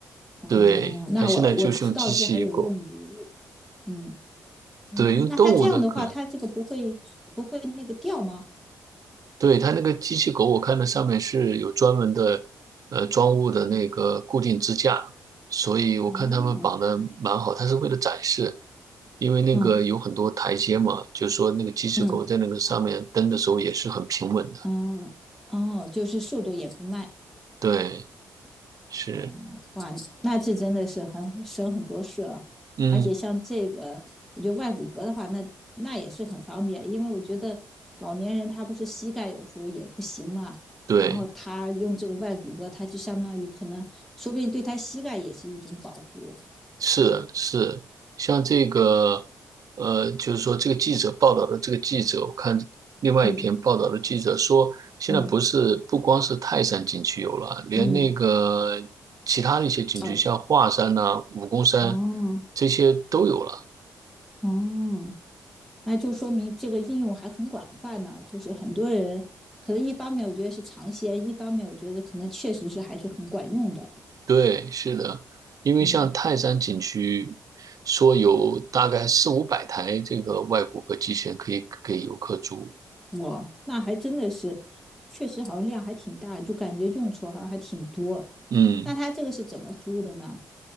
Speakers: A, in the centre; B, on the right.
A: 哦。
B: 对，
A: 那我我知道是还有用驴，
B: 他现在就是用机器狗，
A: 嗯。哦，
B: 对，用动物的可能。
A: 那他这样的话，他这个不会不会那个掉吗？
B: 对，它那个机器狗，我看它上面是有专门的，呃，装物的那个固定支架，所以我看他们绑的蛮好。
A: 哦，
B: 它是为了展示，因为那个有很多台阶嘛，
A: 嗯
B: 就是说那个机器狗在那个上面蹬的时候也是很平稳的。
A: 嗯嗯，哦，就是速度也不慢。
B: 对，是，
A: 哦，哇，那这真的是很省很多事了。
B: 嗯，
A: 而且像这个，我觉得外骨骼的话，那那也是很方便，因为我觉得老年人他不是膝盖有时候也不行嘛，
B: 对。
A: 然后他用这个外骨骼，他就相当于可能说不定对他膝盖也是一种保护。
B: 是是，像这个，呃，就是说这个记者报道的这个记者，我看另外一篇报道的记者说，
A: 嗯
B: 现在不是不光是泰山景区有了，
A: 嗯
B: 连那个其他的一些景区，
A: 嗯，哦
B: 像华山呐、武功山
A: 哦
B: 这些都有了。
A: 哦。那就说明这个应用还很广泛呢。就是很多人可能一方面我觉得是尝鲜，一方面我觉得可能确实是还是很管用的。
B: 对，是的，因为像泰山景区说有大概四五百台这个外骨骼机器人可以给游客租，
A: 嗯，哇，那还真的是，确实好像量还挺大，就感觉用处好像还挺多。
B: 嗯。
A: 那它这个是怎么租的呢？